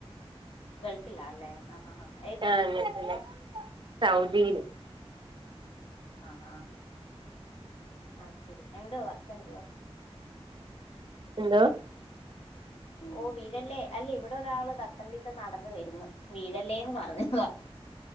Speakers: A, on the left; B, on the right.
A: ഗൾഫിലാല്ലേ ആഹ് ഹ ഹ
B: ആഹ് അതെ തെ സൗദീല്
A: ആഹ് ആഹ് അത് ശെരി എന്തുവാ വർക്കെന്തുവാ?
B: എന്തോ
A: ഓ വീഴല്ലേ അല്ലെ വ്ടൊരാള് തത്തം പിത്തം നടന്ന് വര്ന്ന് വീഴ ല്ലേന്ന് പറഞ്ഞതാ